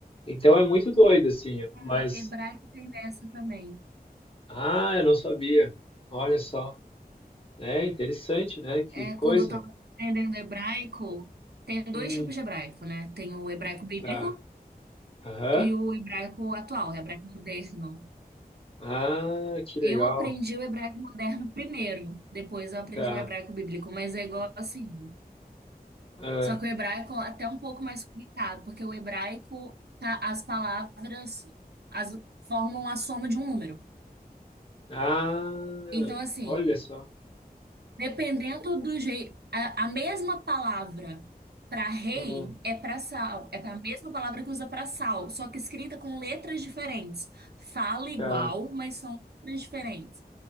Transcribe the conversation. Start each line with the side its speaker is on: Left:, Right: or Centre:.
Left: então é muito doido, assim,
Right: Cara,
Left: mas.
Right: hebraico tem dessa também.
Left: Ah, eu não sabia. Olha só. É interessante, né? Que
Right: É,
Left: coisa.
Right: quando eu tava aprendendo hebraico, tem dois
Left: Hum,
Right: tipos de hebraico, né? Tem o hebraico bíblico
Left: tá. Aham.
Right: e o hebraico atual, o hebraico moderno.
Left: Ah, que legal.
Right: Eu aprendi o hebraico moderno primeiro, depois eu aprendi
Left: Tá.
Right: o hebraico bíblico, mas é igual assim.
Left: Ah,
Right: Só que o hebraico é até um pouco mais complicado, porque o hebraico, a- as palavras as, formam a soma de um número.
Left: ah,
Right: Então, assim,
Left: olha só.
Right: Dependendo do jeito, a, a mesma palavra para rei
Left: Hum,
Right: é para sal, é a mesma palavra que usa para sal, só que escrita com letras diferentes. Fala igual,
Left: tá.
Right: mas são letras diferentes.